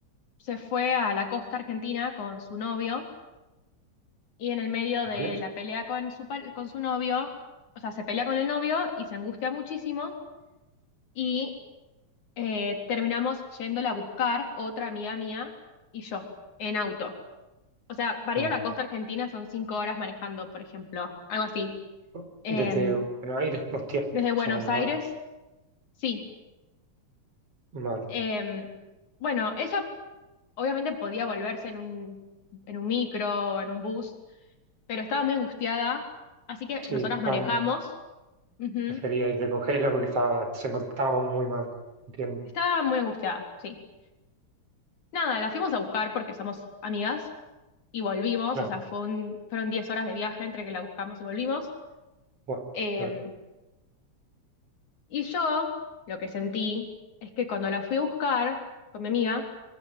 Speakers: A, on the left; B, on the right.
A: se fue a la costa argentina con su novio y en el medio
B: vale.
A: de la pelea con su, par- con su novio, o sea, se pelea con el novio y se angustia muchísimo y eh, terminamos yéndola a buscar otra amiga mía y yo en auto. O sea, para
B: Ah,
A: ir a la costa argentina son cinco horas manejando, por ejemplo, algo así.
B: oh,
A: Em,
B: desde Buenos Aires, hostia,
A: desde Buenos
B: son
A: Aires,
B: horas.
A: sí.
B: Vale,
A: Eh, bueno, ella obviamente podía volverse en un, en un micro o en un bus, pero estaba muy angustiada, así que
B: sí,
A: nosotras manejamos.
B: tan,
A: Ujú.
B: prefería ir a recogerla porque estaba, se encontraba muy mal. Entiendo,
A: Estaba muy angustiada, sí. Nada, la fuimos a buscar porque somos amigas y volvimos,
B: claro.
A: o sea, fue un- fueron 10 horas de viaje entre que la buscamos y volvimos.
B: Buah,
A: Eh,
B: a ver,
A: y yo lo que sentí es que cuando la fui a buscar con mi amiga,